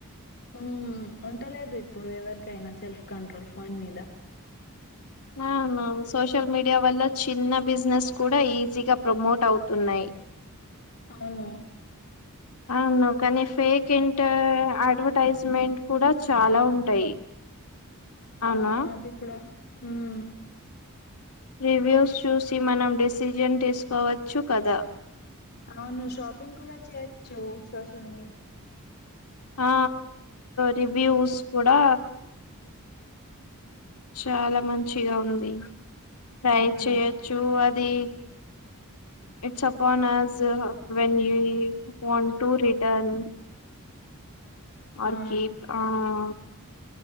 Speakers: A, on the left; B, on the left.
A: ఉం ఉంటలేదు ఇప్పుడు ఎవరికైనా సెల్ఫ్ కంట్రోల్ ఫోన్ మీద
B: అవునా సోషల్ మీడియా వల్ల చిన్న బిజినెస్ కూడా ఈజీగా ప్రమోట్ అవుతున్నాయి
A: అవును
B: అవును కానీ ఫేక్ యేంటా అడ్వర్టైజ్మెంట్ కూడా చాలా ఉంటాయి
A: అవ్
B: అవునా
A: నాది కూడా మ్మ్
B: రివ్యూస్ చూసి మనం డిసిజన్ తీసుకోవచ్చు కదా
A: అవును షాపింగ్ కూడా చేయొచ్చు సోషల్ మీ
B: ఆ రివ్యూస్ కూడా చాలా మంచిగా ఉంది ట్రై
A: అవునా
B: చేయొచ్చు అది it's upon us when you ఇ వన్ టూ రిటర్న్ ఆర్
A: ఆ
B: కిప్ ఆ ఆ